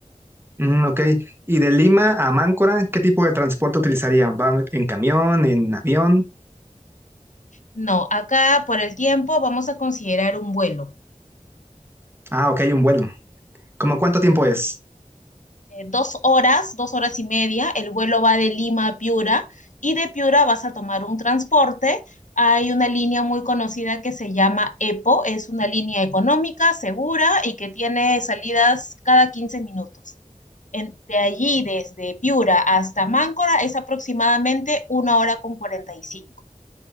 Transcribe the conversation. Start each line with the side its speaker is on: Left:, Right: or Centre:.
Right: Mm, ok. Y de Lima a Máncora, ¿qué tipo de transporte utilizaría va en camión, en avión?
Left: No, acá por el tiempo vamos a considerar un vuelo.
Right: Ah, ok, un vuelo. ¿Cómo cuánto tiempo es?
Left: eh, dos horas, dos horas y media. El vuelo va de Lima a Piura y de Piura vas a tomar un transporte. Hay una línea muy conocida que se llama EPO, es una línea económica, segura y que tiene salidas cada 15 minutos. En- de allí, desde Piura hasta Máncora, es aproximadamente una hora con 45.